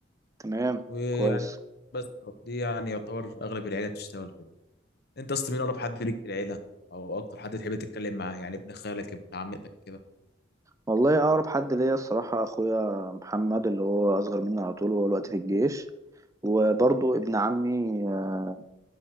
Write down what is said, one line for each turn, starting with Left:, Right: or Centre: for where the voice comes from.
Right: تمام
Left: ويعني
Right: كويس
Left: بس دي يعني يعتبر أغلب العيلة بتشتغل كده أنت أصلا مين أقرب حد ليك في العيلة أو أكتر حد تحب تتكلم معاه يعني ابن خالك ابن عمتك كده
Right: والله أقرب حد ليا الصراحة أخويا محمد اللي هو أصغر مني على طول وهو دلوقتي في الجيش وبرضه ابن عمي آه،